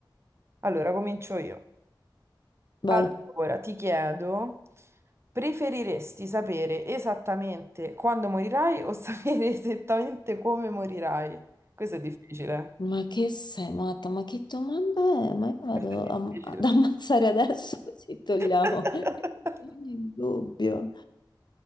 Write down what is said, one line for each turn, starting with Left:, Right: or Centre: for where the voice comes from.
Right: Allora, comincio io.
Left: vai.
Right: Allora, ti chiedo, preferiresti sapere esattamente quando morirai o sapere <laughs> esattamente come morirai? Questo è difficile.
Left: Ma che sei matta? Ma che domanda è? Ma io vado
Right: Questo è
Left: a-
Right: difficile.
Left: ad ammazzare adesso <laughs> così togliamo
Right: <laughs>
Left: ogni dubbio.